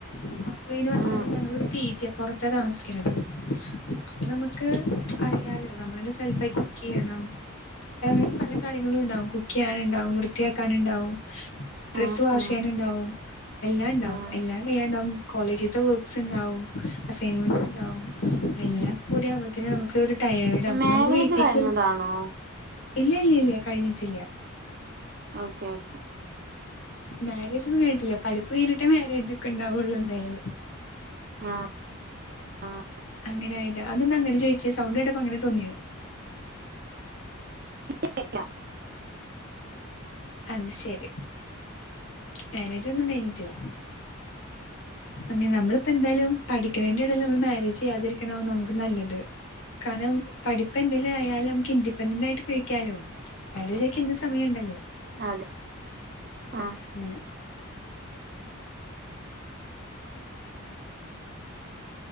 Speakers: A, on the left; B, on the right.
A: ക്ലാസ് കഴിഞ്ഞ് വന്നാല്
B: ഉം
A: ഞങ്ങള് വിടെ പി ജി പൊറത്തേ <unintelligible> അപ്പൊ നമക്ക് അറിയാലോ നമ്മളെന്നെ സെൽഫായി കുക്കെയ്യണം <unintelligible> പല കാര്യങ്ങളും ഉണ്ടാവും കുക്ക് ചെയ്യാന് ഉണ്ടാവും വൃത്തിയാക്കാന് ഉണ്ടാവും ഡ്രസ്സ്
B: ഉം
A: വാഷ്
B: ഉം
A: ചെയ്യാനുണ്ടാവും എല്ലാംണ്ടാവും
B: ഉം
A: എല്ലാം കഴാണ്ടാവും കോളേജീത്തെ വർക്ക്സ് ഉണ്ടാവും അസൈൻമെന്റ്സ് ഉണ്ടാവും എല്ലാം കൂടി ആവുമ്പോത്തിന് നമുക്ക് ടയേർഡ് ആവും പിന്നെ
B: മാരേജ്
A: നമുക്ക് വീട്ടിലേക്ക്
B: കഴിഞ്ഞതാണോ
A: വിളി ഇല്ല്യ ഇല്ല്യ ഇല്ല്യ കഴിഞ്ഞിട്ടില്ല്യ
B: ഓക്കെ ഓക്കേ
A: മേരേജ് ഒന്നും കയിഞ്ഞിട്ടില്ല പഠിപ്പ് കഴിഞ്ഞിട്ടേ മേരേജൊക്കെ ഉണ്ടാവുള്ളൂ എന്തായാലും
B: ആഹ് ആഹ്
A: അങ്ങനേ ആയിട്ട് അതെന്താ അങ്ങനെചോയിച്ചേ സൗണ്ട് കേട്ടപ്പോ അങ്ങനെ തോന്നിയോ
B: <unintelligible>
A: അത് ശരി..... മേരേജൊന്നും കഴിഞ്ഞിട്ടില്ല... അങ്ങനെ നമ്മളിപ്പോ എന്തായാലും പഠിക്കണയിന്റെ എടേല് നമ്മള് മാരേജ് ചെയ്യാതിരിക്ക്ണാവും നമുക്ക് നല്ലത്..... കാരണം പഠിപ്പ് എന്തേലും ആയാല് നമക്ക് ഇൻഡിപെൻഡന്റ് ആയിട്ട് കഴിക്കാലോ..... മേരേജൊക്കെ ഇഞ്ഞും സമയണ്ടല്ലോ.....
B: അതെ ആ
A: ഇങ്ങനെ
B: <inaudible>